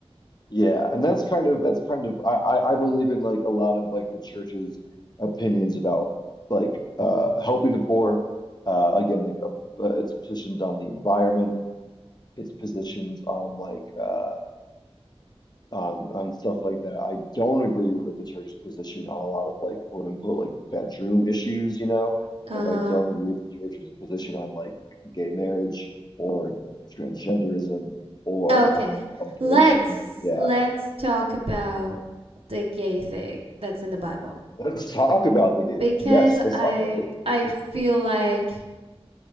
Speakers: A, on the left (about 40°); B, on the right (about 65°).
A: yeah, and that's kind of that's kind of I, I I believe in like a lot of like the church's opinions about like uh helping the poor. Uh again, like uh, uh, its positions on the environment, its positions on like uh on on stuff like that. I don't agree with the church's position on a lot of like quote unquote like bedroom issues, you know?
B: Uh-huh.
A: Like I don't agree with the church's position on like gay marriage or transgenderism or
B: Okay.
A: abortion.
B: Let's
A: Yeah.
B: let's talk about the gay thing that's in the Bible.
A: Let's talk about the gay
B: Because
A: thing. Yes, let's
B: I
A: talk about the gay. thing.
B: I feel like